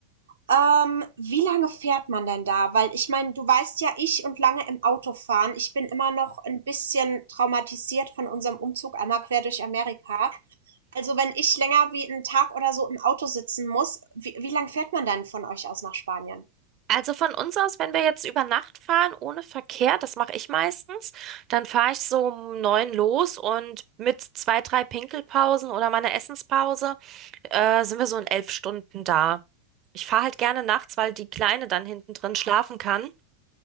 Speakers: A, on the right; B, on the right.
A: Ähm, wie lange fährt man denn da? Weil ich meine, du weißt ja, ich und lange im Auto fahren, ich bin immer noch ein bisschen traumatisiert von unserem Umzug einmal quer durch Amerika. Also wenn ich länger wie 'n Tag oder so im Auto sitzen muss, wie wie lang fährt man dann von euch aus nach Spanien?
B: also von uns aus, wenn wir jetzt über Nacht fahren, ohne Verkehr, das mache ich meistens, dann fahre ich so um neun los und mit zwei, drei Pinkelpausen oder meiner Essenspause, äh, sind wir so in elf Stunden da. Ich fahre halt gerne nachts, weil die Kleine dann hinten drin
A: Ja.
B: schlafen kann.